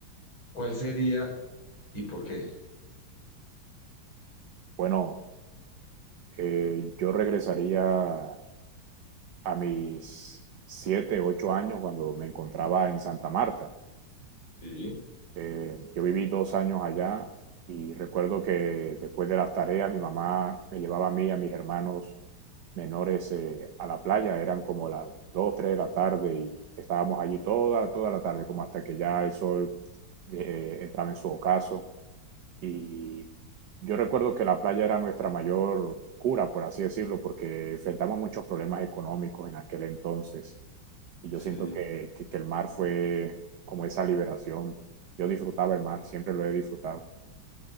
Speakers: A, on the left; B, on the right.
A: ¿cuál sería y por qué?
B: Bueno, eh, yo regresaría a mis siete, ocho años cuando me encontraba en Santa Marta.
A: Sí,
B: Eh, yo viví dos años allá y recuerdo que después de las tareas mi mamá me llevaba a mí y a mis hermanos menores eh, a la playa. Eran como las 2 3 de la tarde y estábamos allí toda, toda la tarde, como hasta que ya el sol eh, entraba en su ocaso. Y yo recuerdo que la playa era nuestra mayor cura, por así decirlo, porque enfrentamos muchos problemas económicos en aquel entonces y yo
A: sí.
B: siento que, que, que el mar fue como esa liberación. Yo disfrutaba el mar, siempre lo he disfrutado.